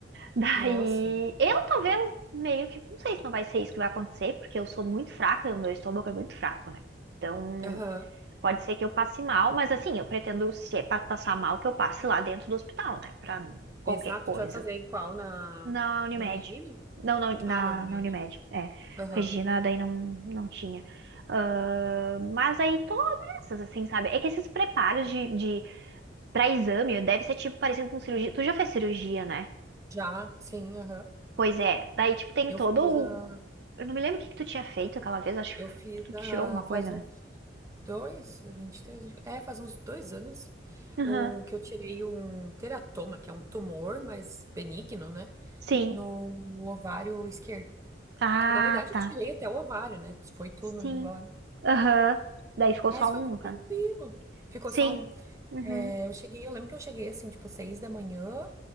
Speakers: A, on the right; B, on the right.
A: Daí
B: Nossa.
A: eu talvez meio que, não sei se não vai ser isso que vai acontecer, porque eu sou muito fraca, e o meu estômago é muito fraco, né? Então
B: Aham.
A: Pode ser que eu passe mal, mas assim, eu pretendo, se é pra passar mal, que eu passe lá dentro do hospital, né? Pra qualquer
B: Exato.
A: coisa.
B: Tu vai fazer em qual? Na...
A: Na Unimed.
B: No Regina?
A: Não, na, na,
B: Ah, na Unimed.
A: na Unimed. É.
B: Aham.
A: Regina, daí não, não tinha. Ah, mas aí todas essas, assim, sabe? É que esses preparos de, de para exame deve ser tipo parecido com cirurgia. Tu já fez cirurgia, né?
B: Já, sim, aham.
A: Pois é. Daí, tipo, tem
B: Eu
A: todo
B: fiz
A: o.
B: a.
A: Eu não me lembro o que que tu tinha feito aquela vez, acho
B: Eu fiz
A: que tu
B: a.
A: tirou alguma coisa,
B: Faz uns
A: né?
B: dois, 23. É, faz uns dois anos.
A: Aham.
B: O que eu tirei um teratoma, que é um tumor, mas benigno, né?
A: Sim.
B: No ovário esquerdo.
A: Ah,
B: Na verdade,
A: tá.
B: eu tirei até o ovário, né? Foi tudo
A: Sim.
B: embora.
A: Aham. Daí ficou
B: Mas
A: só
B: foi
A: um,
B: bem
A: no
B: tranquilo.
A: caso.
B: Ficou
A: Sim.
B: só um.
A: Uhum.
B: é, eu cheguei, eu lembro que eu cheguei assim, tipo, seis da manhã.